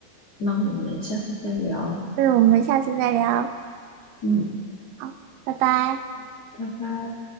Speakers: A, on the left (about 90°); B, on the right (about 85°).
A: 那我们下次再聊。
B: 那我们下次再聊，
A: 嗯，
B: 好，拜拜。
A: 拜拜。